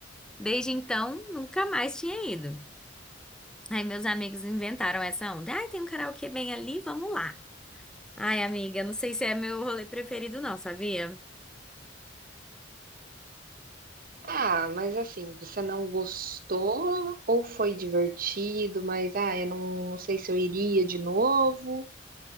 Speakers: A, in the centre; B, on the right.
A: Desde então, nunca mais tinha ido. Aí meus amigos inventaram essa onda. Ai, tem um karaokê bem ali, vamos lá. Ai, amiga, não sei se é meu rolê preferido não, sabia?
B: Ah, mas assim, você não gostou ou foi divertido, mas ah, eu não, não sei se eu iria de novo.